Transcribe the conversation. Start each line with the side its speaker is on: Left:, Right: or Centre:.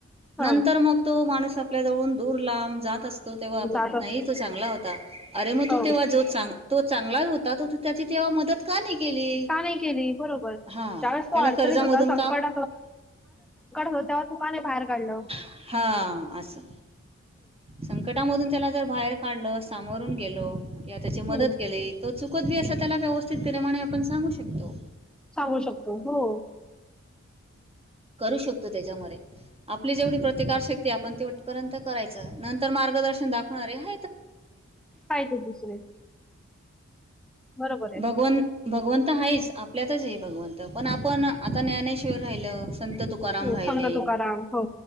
Centre: हां.
Right: नंतर मग तो माणूस आपल्या जवळून दूर लांब जात असतो तेव्हा आपण
Centre: जात
Right: नाही
Centre: असतो.
Right: तो चांगला होता अरे मग तू
Centre: हो.
Right: तेव्हा जो चांग तो चांगलाच होता तो तू त्याची तेव्हा मदत का नाही केली
Centre: का नाही केली बरोबर
Right: हा
Centre: ज्यावेळेस तो
Right: त्याला
Centre: अडचणीत
Right: कर्जामधुन
Centre: होता हा संकट होत तू का नाही बाहेर काढलं
Right: हा असं संकटामधून त्याला जर बाहेर काढलं सामोरून गेलो किंवा त्याची मदत
Centre: हम्म
Right: केली तो चुक खुद्द अस त्याला व्यवस्थित प्रेमाने आपण सांगू शकतो
Centre: सांगू शकतो हो.
Right: करू शकतो त्याच्यामध्ये आपली जेवढी प्रतिकार शक्ती आपण तीतपर्यंत करायच. नंतर मार्गदर्शन दाखवणार आहे.
Centre: काय ते दुसरे बरोबर आहे
Right: भगवन भगवंत आहेच आप आपल्यातच ये भगवंत पण आपण आता ज्ञानेश्वर राहिलं. संत तुकाराम
Centre: हम्म
Right: रायले
Centre: संत तुकाराम हो